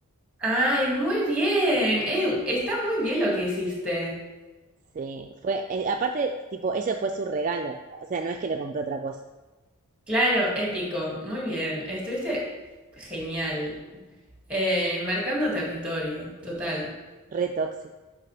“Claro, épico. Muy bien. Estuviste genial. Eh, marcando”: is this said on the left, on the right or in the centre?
Centre